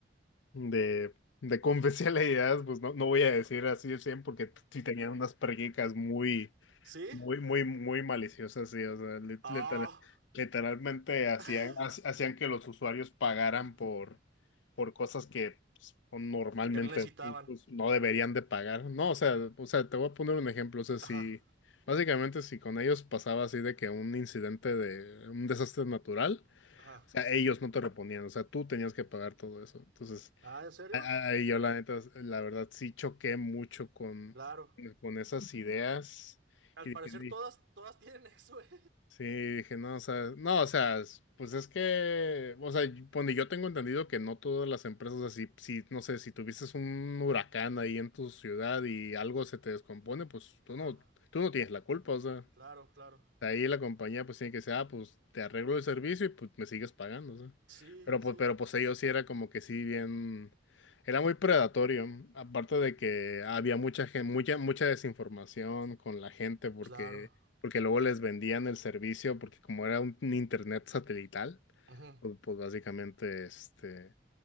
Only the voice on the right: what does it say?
¿Sí?
Ah.
<laughs> ¡Ah!
que no necesitaban.
Ajá,
ajá.
Ah, ¿en serio?
Claro.
Al
parecer todas, todas tienen <laughs> eso, ¿eh?
Ajá,
claro, claro.
Sí,
sí,
claro.
Ujú.